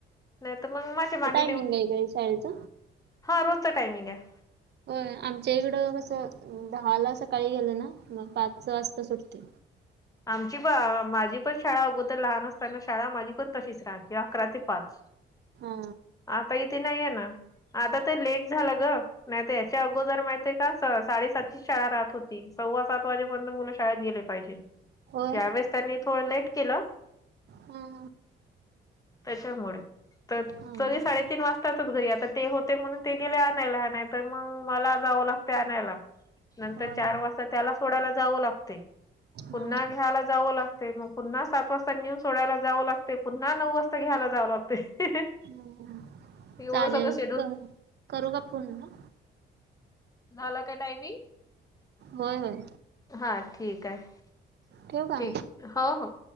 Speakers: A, on the left; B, on the right.
A: नाही तर मग माझ्या मांगी
B: ंग गरी शाळेच
A: हां रोजता टायमिंग आहे
B: हो आमच्या इकडं कसं दहा ला सकाळी गेलं ना म पाच वाजता सुटते
A: आमची प माझी पण शाळा अगोदर लहान असताना शाळा माझी पण तशिच राहते अकरा ते पाच
B: हा
A: आता इथे नाहीे ना आता तर लेट झालं ग नाहीत याच्या अगोदर माहितीय का साडेसातची शाळा राहत होती सव्वा सात वाजेपर्यंत मुलं शाळेत गेले पाहिजे त्यावेळेस
B: होय
A: त्यांनी थोडं लेट केलं
B: हां
A: त्याच्यामुळे तर
B: हां
A: तरी
B: हां
A: साडेतीन वाजता च घरी आता ते होते म्हणून ते गेले आणायला नाही तर मग मला जावं लागते आणायला नंतर
B: होय
A: चार वाजता त्याला सोडायला जावं लागते
B: हां
A: पुन्हा घ्यायला जावं लागते ते मग पुन्हा सात वाजता नेऊन सोडायला जावं लागते पुन्हा नऊ वाजता घ्यायला जावं लागते
B: ह
A: एवढं
B: चालेल
A: सगळं शेड्यूल
B: करू का फोन मा
A: झाला का टायमिंग
B: होय होय
A: हा ठीक आहे
B: ठेवू का
A: ठीक हो हो